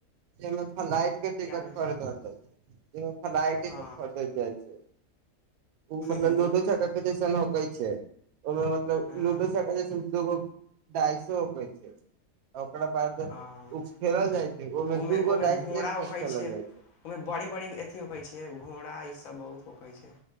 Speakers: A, on the right; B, on the left.
A: जैमे फलाइट के टिकट
B: नहि
A: पर द जाइ छै। ऐमे फलाइटेके
B: छै
A: फटै जाइ छै। ओ मतलब
B: हँ
A: लूडो छका के जैसन होकै छै, ओहिमे मतलब
B: हँ
A: लूडो छक्का जैसन दूगो आइ सोपै छै ओकरा बाद उ
B: हँ
A: खेलल जाइ छै। ओहिमे
B: ओमे
A: दूगो
B: -ओमे
A: डाइस
B: घोड़ा
A: एक साथ
B: उखै
A: खेलल
B: छै।
A: जाइ
B: ओमे बड़ी - बड़ी अथी होइ छै घोड़ा ई सभ बहुत होकै छै।